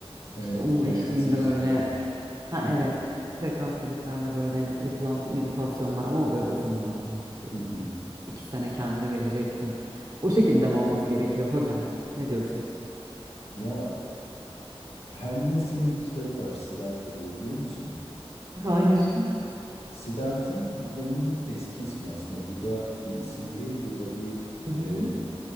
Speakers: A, on the left; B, on the right.
A: evet
B: İşte onun
A: frekans
B: eşliğinde
A: müzikler
B: böyle
A: var.
B: ha
A: Hı
B: evet
A: hı,
B: frekans müziklerle böyle yapılan meditasyonlar ama o böyle uzun vadeli hani işte
A: hı hı.
B: İki sene kendini vereceksin. O şekilde mi olması gerekiyor hocam? Ne diyorsunuz?
A: Ya Hermann Hesse'nin bir kitabı var Siddhartha diye biliyor musun?
B: Hayır.
A: Siddhartha Buda'nın eski ismi aslında. Buda bir isim değil. Buda bir
B: Hı hı,
A: e,